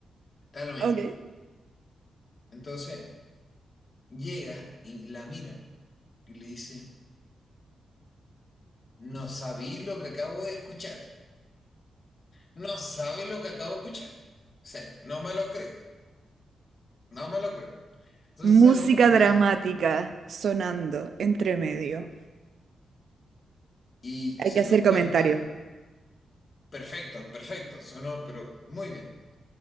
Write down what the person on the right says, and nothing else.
Ok.
Música
dramática sonando entre medio.
Hay
que hacer
comentario.